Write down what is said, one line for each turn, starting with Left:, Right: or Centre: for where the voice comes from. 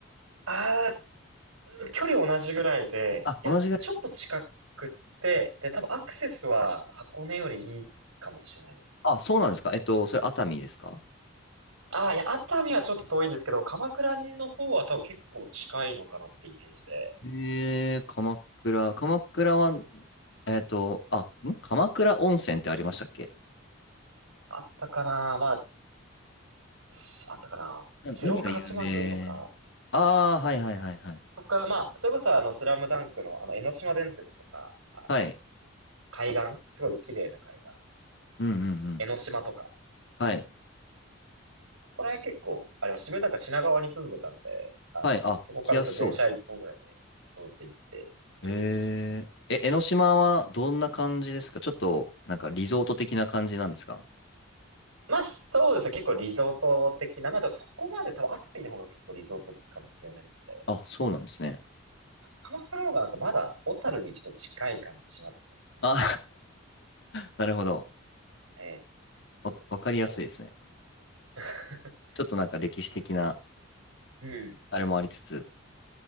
Right: ああ、距離同じぐらいで、
Left: あ、
Right: いや、
Left: 同じぐらい。
Right: ちょっと近くって、で、多分アクセスは箱根よりいいかもしれないですね。
Left: あ、そうなんですか。えっと、それ熱海ですか
Right: ああ、いや、熱海はちょっと遠いんですけど、鎌倉の方は多分結構近いのかなってイメージで、
Left: えー、鎌倉。鎌倉は、えっと、あ、ん鎌倉温泉ってありましたっけ
Right: あったかな。まあ、すあったかな。
Left: な、
Right: 鶴岡八幡宮とか、
Left: 何が有名ああー、はいはいはいはい。
Right: とか、まあ、それこそあの、スラムダンクのあの、江ノ島電鉄とか、あの
Left: はい。
Right: 海岸すごい綺麗な海岸。
Left: うんうんうん。
Right: 江ノ島とか。
Left: はい。
Right: そこら辺結構、あれ、自分なんか品川に住んでたんで、あの、
Left: はい。あ、
Right: そこからちょっと電車一本ぐらいで、
Left: 行きやすそうですね。
Right: 通って行って行ける。
Left: えー、え、江ノ島はどんな感じですかちょっと、なんかリゾート的な感じなんですか
Right: まあ、そうですね。結構リゾート的な。まあ、でもそこまで多分熱海の方が結構リゾート感強めなんで、
Left: あ、そうなんですね。
Right: 鎌倉の方がなんかまだ小樽にちょっと近い感じしますね。うん
Left: あ、<laughs> なるほど。
Right: ええ、
Left: わ、わかりやすいですね。
Right: 結構。結構
Left: ちょっとなんか歴史的な、
Right: <laughs> うん
Left: あれもありつつ、